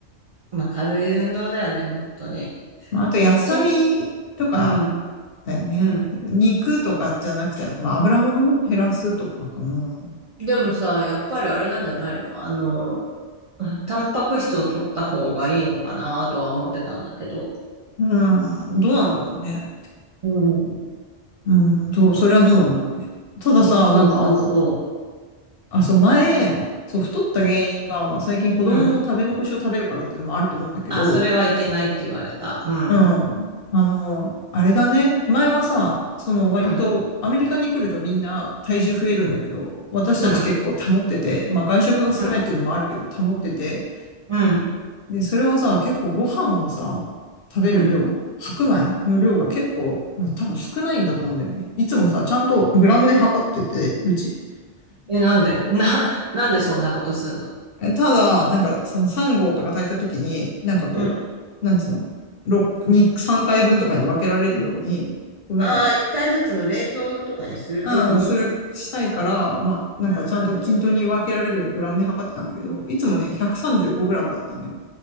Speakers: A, on the right; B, on the left.
A: まあ、軽い運動だよね、本当に。
B: まあ、あと野菜とか
A: まあ一日、うん、
B: だよね。
A: うん。
B: 肉とかじゃなくて、あとまあ油物を減らすとかかな。
A: でもさ、やっぱりあれなんじゃないのあの、タンパク質を取った方がいいのかなとは思ってたんだけど。
B: うん。どうなんだろうね。
A: うん。
B: うん、そう、それはどうなんだろうね。たださ、なんかあの、
A: そうそうそ
B: あ、そう、前、そう、太った原因が、まあ最近子供の食べ残しを食べるからっていうのもあると思うんだけど、
A: う。うん。あ、それはいけないって言われた。うん。
B: うん。あの、あれだね。前はさ、その割とアメリカに来るとみんな体重増えるんだけど、
A: うん。うん。
B: 私たち結構保ってて、
A: うん。
B: まあ外食が少ないっていうのもあるけど保ってて、
A: うん。うん。
B: で、それはさ、結構ご飯をさ、食べる量、
A: うん
B: 白米の量が結構、まあ多分少ないんだと思うんだよね。いつもさ、ちゃんとグラムで測ってて、うち。
A: え、なんで <laughs> な、なんでそんなことすんの
B: えただ、なんか、その3号とか炊いた時に、なんかこう、
A: うん。
B: なんつうの、六二3回分とかに分けられるように、こうなんか、
A: ああ、一回ずつの冷凍とかにするときに、
B: うん、する、したいから、まあ、なんかちゃんと均等に分けられるようにグラムで測ってたんだけど、
A: あ、なるほど。
B: いつもね、135グラムだったんだよ。
A: うん